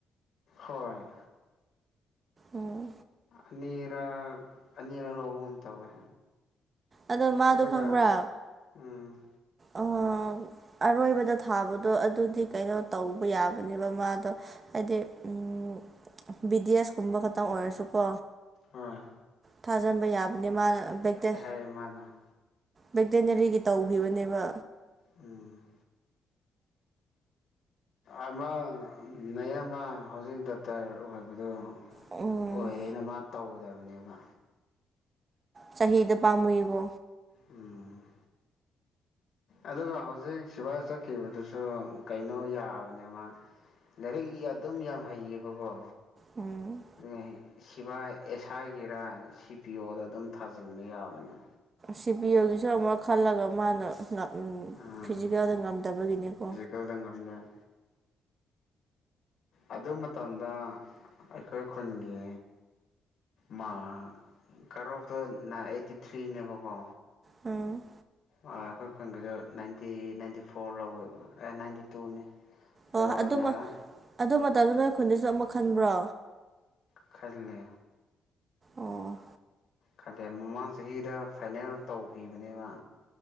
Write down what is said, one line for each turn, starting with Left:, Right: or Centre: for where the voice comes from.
Left: ꯍꯣꯏ
Right: ꯎꯝ
Left: ꯑꯅꯤꯔꯛ ꯑꯅꯤꯔꯛ ꯂꯧꯕꯒꯨꯝ ꯇꯧꯋꯦ
Right: ꯑꯗꯣ ꯃꯥꯗꯣ
Left: ꯑꯗꯨꯒ
Right: ꯈꯪꯕ꯭ꯔ
Left: ꯎꯝ
Right: ꯑ ꯑꯔꯣꯏꯕꯗ ꯊꯥꯕꯗꯣ ꯑꯗꯨꯗꯤ ꯀꯩꯅꯣ ꯇꯧꯕ ꯌꯥꯕꯅꯦꯕ ꯃꯥꯗꯣ ꯍꯥꯏꯗꯤ ꯎꯝ ꯕꯤ ꯗꯤ ꯑꯦꯁ ꯀꯨꯝꯕ ꯈꯛꯇ ꯑꯣꯏꯔꯁꯨꯀꯣ
Left: ꯍꯣꯏ
Right: ꯊꯥꯖꯟꯕ ꯌꯥꯕꯅꯦ ꯃꯥꯅ ꯕꯦꯛꯇ
Left: ꯑꯦ ꯃꯥꯅ
Right: ꯕꯦꯇꯅꯔꯤꯒꯤ ꯇꯧꯒꯤꯕꯅꯦꯕ
Left: ꯎꯝ ꯑꯃ ꯅꯌꯥꯝꯕ ꯍꯧꯖꯤꯛ ꯗꯥꯛꯇꯔ ꯑꯣꯏꯕꯗꯣ
Right: ꯎꯝ
Left: ꯑꯣꯏꯔꯦꯅ ꯃꯥ ꯇꯧꯗꯞꯅꯦꯕ
Right: ꯆꯍꯤꯗꯣ ꯄꯥꯝꯃꯨꯏꯀꯣ
Left: ꯎꯝ ꯑꯗꯨꯒ ꯍꯧꯖꯤꯛ ꯁꯤꯕꯥꯏ ꯆꯠꯈꯤꯕꯗꯨꯁꯨ ꯀꯩꯅꯣ ꯌꯥꯕꯅꯦ ꯃꯥ ꯂꯥꯏꯔꯤꯛ ꯏ ꯑꯗꯨꯝ ꯌꯥꯝ ꯍꯩꯌꯦꯕꯀꯣ
Right: ꯎꯝ
Left: <unintelligible> ꯁꯤꯕꯥꯏ ꯑꯦꯁꯥꯏꯒꯤꯔ ꯁꯤ ꯄꯤ ꯑꯣꯗꫭ ꯑꯗꯨꯝ ꯊꯥꯖꯟꯕ ꯌꯥꯕꯅꯦ
Right: ꯁꯤ ꯄꯤ ꯑꯣꯒꯤꯁꯨ ꯑꯃꯨꯛ ꯈꯜꯂꯒ ꯃꯥꯅ <unintelligible>
Left: ꯎꯝ
Right: ꯐꯤꯖꯤꯀꯦꯜꯗ ꯉꯝꯗꯕꯒꯤꯅꯤꯀꯣ
Left: <unintelligible> ꯉꯝꯗꯦ ꯑꯗꯨ ꯃꯇꯝꯗ ꯑꯩꯈꯣꯏ ꯈꯨꯟꯒꯤ ꯃꯥꯔꯛ ꯀꯠꯑꯣꯞꯇꯣ ꯅꯥꯏꯠ ꯑꯥꯏꯠꯇꯤ ꯊ꯭ꯔꯤꯅꯦꯕꯀꯣ
Right: ꯎꯝ
Left: ꯑ ꯑꯈꯣꯏ ꯈꯨꯟꯒꯤꯗꯣ ꯅꯥꯏꯟꯇꯤ ꯅꯥꯏꯟꯇꯤ ꯐꯣꯔ ꯂꯧꯋꯦꯕ ꯑꯦ ꯅꯥꯏꯟꯇꯤ ꯇꯨꯅꯦ ꯂꯧꯔꯒ
Right: ꯑꯣ ꯑꯗꯨꯃ ꯑꯗꯨ ꯃꯇꯝꯗꯣ ꯅꯣꯏ ꯈꯨꯟꯗꯁꯨ ꯑꯃ ꯈꯟꯕ꯭ꯔꯣ
Left: ꯈꯜꯂꯦ
Right: ꯑꯣ
Left: ꯈꯜꯂꯦ ꯃꯃꯥꯡ ꯆꯍꯤꯗ ꯐꯥꯏꯅꯦꯜ ꯇꯧꯈꯤꯕꯅꯦꯕ